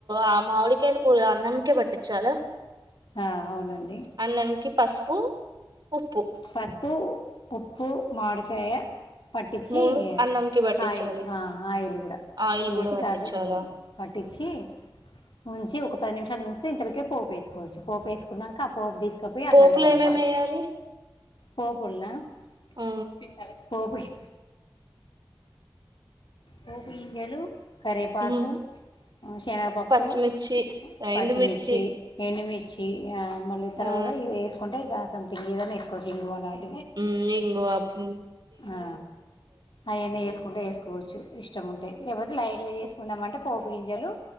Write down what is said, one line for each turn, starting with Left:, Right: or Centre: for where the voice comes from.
Right: ఆ మామిడికాయలు పు అన్నంకే పట్టించాలా
Left: అ అవునండి
Right: అన్నంకి పసుపు ఉప్పు
Left: పసుపు ఉప్పు మాడికాయ పట్టించి
Right: మూడు అన్నంకి పట్టించాలి
Left: ఆయిల్ అ ఆయిల్ కూడా
Right: ఆయిల్
Left: వేసి
Right: కూడా పట్టించాలా
Left: కాలు పట్టించి ఉంచి ఒక పది నిమిషాలు ఉంచితే ఇంతలికే పోపేస్ కొచ్చు పోపు వేసుకున్నాక ఆ పోపు తీసుకపోయి
Right: పోపులు
Left: అన్నంల కలపాలి
Right: ఏమేమి వేయాలి
Left: పోపుల్నా
Right: ఆ
Left: ని తల పోపుకి పోపుగింజలు కరేపాకు
Right: ఉమ్
Left: శనగపప్పు
Right: పచ్చిమిర్చి
Left: పచ్చిమిర్చి
Right: ఎండుమిర్చి
Left: ఎండుమిర్ చి ఆ మళ్ళీ తర్వాత
Right: ఆ
Left: ఇది వేసుకుంటే ఇగ సంథింగ్ ఏదన్నా వేసుకోవచ్చు ఇంగువ లాన్
Right: మ్మ్ ఇంగువ హు
Left: ఆ అవన్నీ వేసుకుంటే వేసుకోవచ్చు ఇష్టము ఉంటే లేకపోతే లైట్ గా చేసుకుందాం అంటే పోపు గింజలు